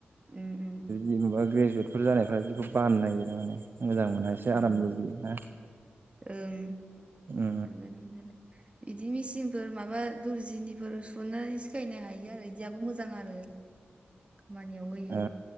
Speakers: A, on the right; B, on the right.
A: उम उम
B: जेनबा ग्रे जुयेद जानायफ्रा बेखौ बानो नागिरो आरो माने मोजां मोना एसे
A: ओ
B: आराम लुबैयो ना
A: ओं
B: उम
A: नंगौ नंनायालाय बिदि मेसिनफोर माबा दुरजिनिफोरनि सुनानै सिखायनो हायो आरो बिदियाबो मोजां आरो मानियाव होयो
B: ओ